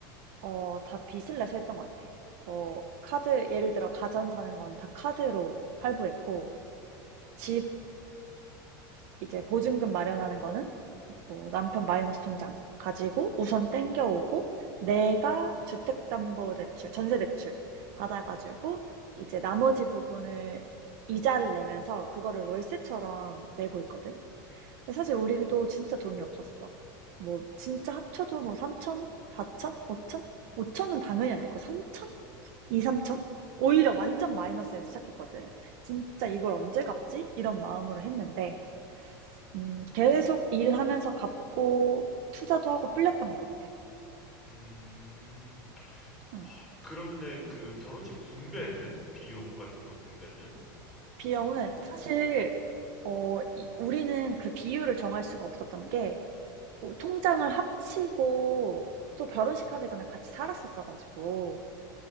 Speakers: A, on the right; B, in the centre.
A: 어, 다 빚을 내서 했던 것 같아. 뭐 카드 예를 들어 가전 사는 건 다 카드로 할부했고 집 이제 보증금 마련하는 거는 뭐 남편 마이너스 통장 가지고 우선 땡겨오고 내가 주택담보대출, 전세대출 받아가지고 이제 나머지 부분을 이자를 내면서 그거를 월세처럼 내고 있거든. 사실 우리도 진짜 돈이 없었어. 뭐 진짜 합쳐도 뭐 3천, 4천, 5천? 5천은 당연히 안 됐고 3천? 2, 3천? 오히려 완전 마이너스에서 시작했거든. 진짜 이걸 언제 갚지? 이런 마음으로 했는데 음 계속 일하면서 갚고 투자도 하고 불렸던 것 같아.
B: 음.
A: 응.
B: 아, 그러면은 그 결혼식 분배는? 비용 같은 거 분배는?
A: 비용은 사실 어 이 우리는 그 비율을 정할 수가 없었던 게 어 통장을 합치고 또 결혼식 하기 전에 같이 살았었어 가지고